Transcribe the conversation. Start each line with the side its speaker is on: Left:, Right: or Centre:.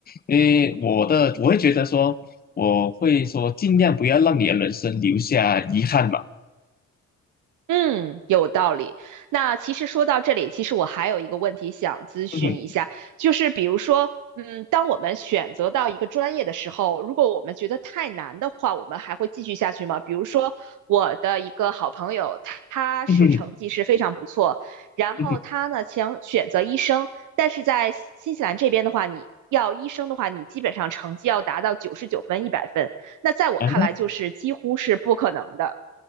Left: 因为我的我会觉得说，我会说尽量不要让你的人生留下遗憾嘛。
Right: 嗯，有道理。那其实说到这里，其实我还有一个问题想咨询一下，
Left: 嗯哼，
Right: 就是比如说，嗯，当我们选择到一个专业的时候，如果我们觉得太难的话，我们还会继续下去吗？比如说，我的一个好朋友，他是成绩是非常不错，
Left: 嗯哼，
Right: 然后他呢想选择医生，
Left: 嗯哼，
Right: 但是在新新西兰这边的话，你要医生的话，你基本上成绩要达到九十九分、一百分，那在我看来就是几乎是不可能的。
Left: 啊，